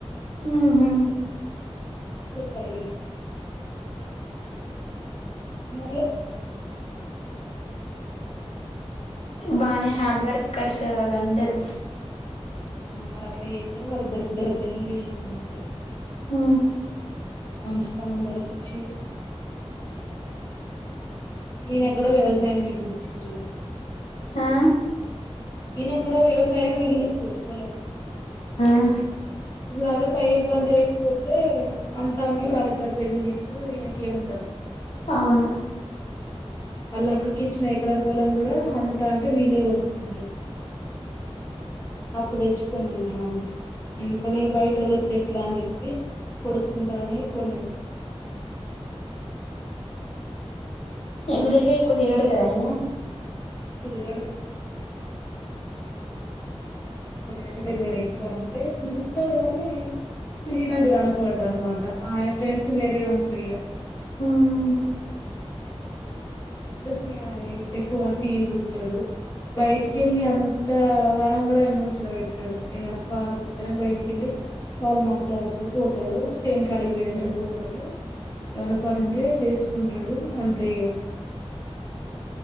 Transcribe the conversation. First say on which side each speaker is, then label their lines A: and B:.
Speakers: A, on the left (about 80°); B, on the left (about 30°).
A: ఉహు
B: పరిగెత్ మల్లే
A: బానే హార్డ్వర్కర్స్ వాలందర్
B: ఆ మరి అట్లా చేతే మరి ఇద్దరు బిడ్డల పెళ్ళలు చేసిరు మంచిగా
A: హ
B: మంచి సం మందలకిచ్చిరు ఇనక్కుడా వ్యవసాయం మేమిచ్చురు
A: ఆ
B: ఇనా కూడా వ్యవసాయం మిగిలిచ్చరు పోలం
A: ఆ
B: ఇప్పుడు అదే ప ఏం పని చేయకపోతే అంత అమ్మి వాళ్ళిద్దరు పెళ్లి చేసి వకి ఏమిండవు
A: అవును
B: వాళ్ళ అక్కకి ఇచ్చిన ఎకరం పొలం కూడా అమ్ముతా అంటే వీలే కొనుక్కున్నారు అప్పు తెచ్చుకున్నది వాళ్ళమీ ఎందుకని బయటోళ్ళొతే ఎట్లా అని చెప్పి కొడుక్కుంటారని కొన్నది
A: ఎవివరీ డే ఎక్కువ తీరుగడు కదా అయినే
B: తెడు అసలు ఎటు తిరుగడు ఎక్కువ అంటే తిరుగుతాడు కానీ తిరినాటిగినట్టు కనపడన్నామటా ఆయన ఫ్రెండ్స్ వేరే ఉంట్రిగా
A: హుమ్
B: ప్లస్ ఇగ ఎక్కువ టీవి ఉత్తడు బయటికిెళ్ళి అంతగానం కూడా ఏ ముచ్చడ పెెట్టాడు ఏదైనా కాల్స్ వస్తేనే బయటికిెళ్ళి కాల్ వ మాట్లాడుతపోతాడు చేన్ కాడిగిపోయిదంటే పోతాడు ఏమన పనుంటే చేసుకుంటాడు అంతే ఇగ